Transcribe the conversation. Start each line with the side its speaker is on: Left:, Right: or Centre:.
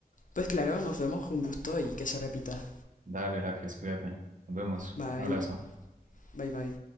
Left: Pues claro, nos vemos, un gusto y que se repita.
Right: Dale, Heracles, cuídate. Nos vemos.
Left: Bye,
Right: Un abrazo.
Left: bye, bye.